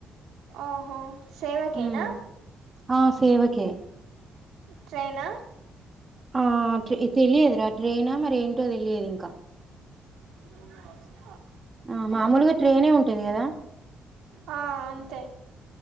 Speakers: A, on the right (about 85°); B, on the right (about 25°).
A: ఓహో సేవ కేనా
B: ఉమ్ ఆ సేవకే
A: ట్రైన
B: ఆ ట్రై తెలియద్ ర రేనా మరేంటో తెలియదు ఇంక
A: అవు
B: ఆ మామూల్గా ట్రైనే ఉంటు తెలియద
A: ఆ అంతె